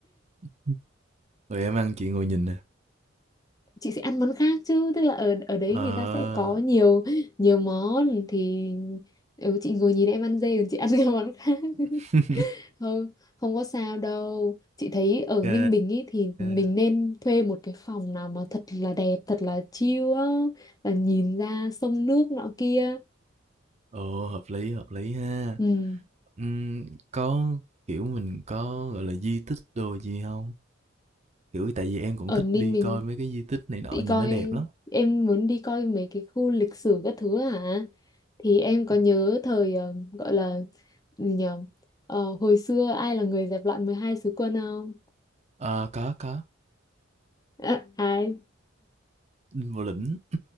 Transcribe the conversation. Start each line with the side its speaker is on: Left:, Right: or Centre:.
Right: <laughs> Tụi em ăn chị ngồi nhìn nè.
Left: <laughs> chị sẽ ăn món khác chứ tức là ở ở đấy
Right: Ờ.
Left: người ta sẽ có nhiều nhiều món thì ừ, chị ngồi nhìn em ăn dê còn chị ăn các món khác
Right: <laughs>
Left: <laughs>
Right: ok
Left: không không có sao đâu chị thấy ở
Right: kê,
Left: Ninh Bình ý thì mình
Right: ô
Left: nên thuê một cái phòng nào mà thật là đẹp thật là chill á là nhìn ra sông nước nọ kia
Right: Ồ, hợp lý, hợp lý ha.
Left: ừ
Right: Ừm, có, kiểu, mình có, gọi là, di tích đồ gì không Kiểu, tại vì em cũng
Left: Ở
Right: thích
Left: Ninh
Right: đi
Left: mình
Right: coi mấy cái di tích này nọ,
Left: đi
Right: nhìn
Left: coi
Right: nó đẹp lắm.
Left: em muốn đi coi mấy cái khu lịch sử các thứ hả? Thì em có
Right: Ừm,
Left: nhớ thời ờ, gọi là gì nhở? Ờ, hồi xưa ai là người dẹp loạn 12 sứ quân không?
Right: ờ, có, có,
Left: À, ai?
Right: Đinh Bộ Lĩnh.